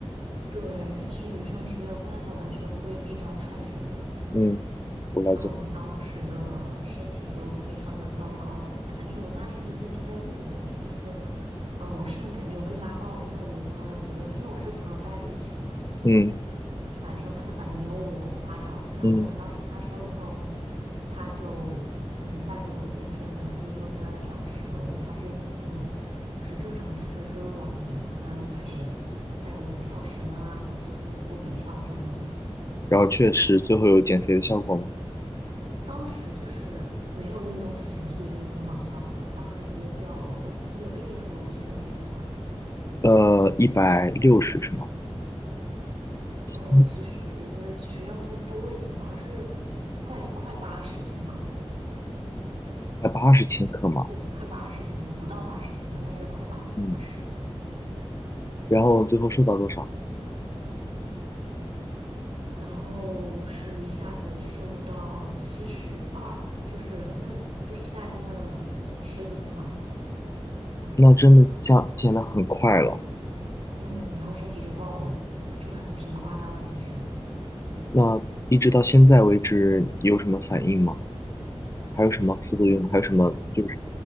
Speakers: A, on the right; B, on the left.
A: 对，因为其实女生是没有办法完全规避掉碳水的。
B: 嗯，我了解。
A: 然后我当时的身体就非常的糟糕，但是我那段时间是坚持在运动，就是，嗯、我甚至感觉我被拉爆了以后，我朋友觉得，因为我是朋友带着一起的嘛，
B: 嗯
A: 他是男生，他的反应没有我夸张，然后我当时跟他说了以后，
B: 嗯，
A: 他就嗯带着我健身，然后就是说不要再这样吃了，我们还是进行就是正常碳水摄入啊怎么样的，然后他就开始带我跳绳啊，然后做一些波比跳啊这种东西。
B: 然后确实最后有减肥的效果吗？
A: 当时就是没有运动之前就已经有很好的效果了，当时直接掉了。我我有跟你说过之前的体重吧？
B: 呃，一百六十是吗？
A: 呃，
B: 嗯
A: 其实其实要再多一点，好像是快快八十千克，
B: 快八十千克嘛。
A: 对，快八十千克，不到八十千克，但是快八十。
B: 嗯，然后最后瘦到多少？
A: 然后是一下子瘦到七十二，就是那就是在那十几天吧，
B: 那真的降减的很快了。
A: 嗯，然后身体就爆，就很挺夸张的，其实。
B: 那一直到现在为止有什么反应吗？还有什么副作用？还有什么就是